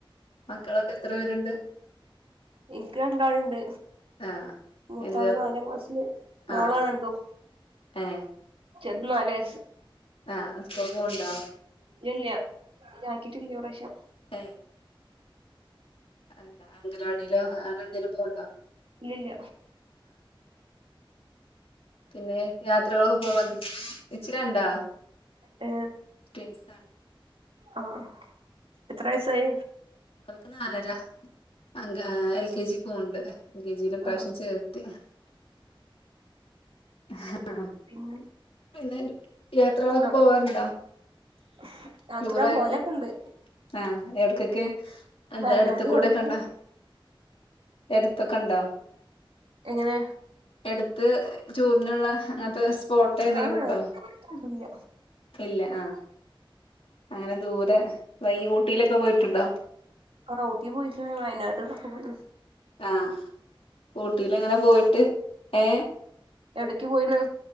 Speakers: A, on the left; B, on the right.
A: മക്കളൊക്കെ എത്ര പേരുണ്ട്
B: എനിക്ക് രണ്ടാൾ ഇണ്ട്
A: ആഹ്
B: മൂത്താള്
A: എന്താ
B: നാലാം ക്ലാസ്സില് മോളാണ
A: ആഹ്
B: എന്തോ
A: ഏഹ്
B: ചെന്ന നല്
A: ആഹ സ്കഭം ഉണ്ടോ
B: ഇല്ല ഇല്ല ആക്കിട്ടില്ല ഈ പ്രാവശ്യം
A: ഏഹ് എന്താ അങ്കലവാടിയിലോ അങ്ങനെ എന്തേലും പോണ്ടോ
B: ഇല്ലല്ല
A: പിന്നെ യാത്രകളൊക്കെ പോ ഇച്ചിരി ഇണ്ടാ
B: ഏ
A: ട്വിൻസ് ആണ്
B: ആഹ എത്ര വയസായി
A: അവൾക്ക് നാലര അഗ എൽ കെ ജി പോവണ്ട് എൽ കെ ജിൽഈ പ്രാവശ്യം
B: ആഹ്
A: ചേർത്ത് <unintelligible> ആഹ
B: പിന്നെ
A: പിന്നെ യാത്രകളൊക്കെ
B: അല്ല
A: പോവാറുണ്ടാ
B: <inaudible>
A: ടൂറായിട്ട്
B: പോലൊക്കെണ്ട്
A: ആഹ എവിടെക്കൊക്കെ എന്താ
B: വയനാട്
A: അടുത്ത കൂടെ
B: അടുത്ത്
A: കണ്ട
B: പോയി
A: എടുത്ത കണ്ട
B: എങ്ങനെ
A: എടുത്ത് ടൂർനുള്ള അങ്ങനത്തെ സ്പോട്ട് ഏതെങ്കിലും
B: ആഹ്
A: ഉണ്ടോ
B: ഇല്ല
A: ഇല്ല ആഹ അങ്ങനെ ദൂരെ ഈ ഊട്ടിയിലൊക്കെ പോയിട്ടുണ്ടോ
B: ആഹ ഊട്ടി പോയിക്കാണ് വയനാട്ള്ളൊക്കെ പോയി
A: ആഹ് ഊട്ടിൽ എങ്ങനെ പോയിട്ട് ഏ
B: എവിടക്ക് പോയിണ്